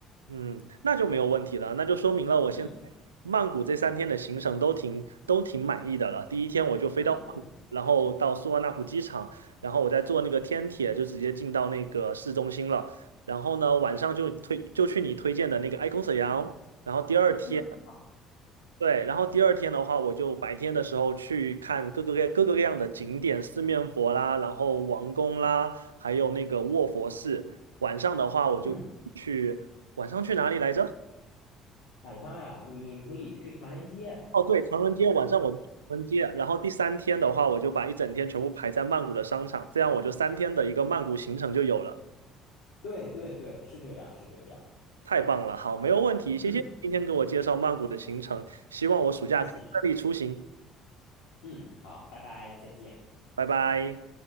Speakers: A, on the right; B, on the left.
A: 嗯，那就没有问题了，那就说明了我现在曼谷这三天的行程都挺都挺满意的了。
B: 嗯
A: 第一天我就飞到曼谷，
B: 嗯嗯
A: 然后到素万那普机场，然后我再坐那个天铁就直接进到那个市中心了。然后呢，晚上就推就去你推荐的那个 Icon 沈阳。然后第二天，
B: 嗯
A: 对，然后第二天的话，我就白天的时候去看各个各各个各样的景点，四面佛啦，然后王宫啦，还有那个卧佛寺。晚上的话，我就去晚上去哪里来着？
B: 嗯，晚上呀，你可以去唐人街，
A: 哦，对，唐人街晚上我就去唐人街，然后第三天的话，我就把一整天全部排在曼谷的商场，这样我就三天的一个曼谷行程就有了。
B: 对对对，是这样是这样，
A: 太棒了，好，没有问题，谢谢你今天给我介绍曼谷的行程，
B: 嗯，
A: 希望我暑假可以顺利出行，
B: 谢谢。嗯，好，拜拜，再见。
A: 拜拜。